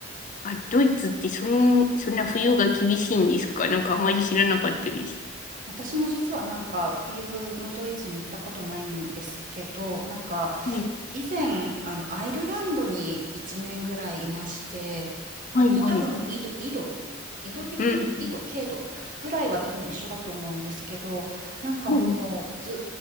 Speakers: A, on the left; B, on the right.
A: あ、ドイツってそん、そんな冬が厳しいんですかなんかあまり知らなかったです。
B: 私も実はなんか冬のドイツに行ったことないんですけど、なんか
A: はい、
B: 以前あのアイルランドに1年ぐらいいまして、
A: はい、
B: で、まあ多分緯度、
A: はい。
B: 緯度、緯度的に緯度、
A: うん。
B: 経度ぐらいは多分一緒だと思うんですけど、なんかもうず
A: はい、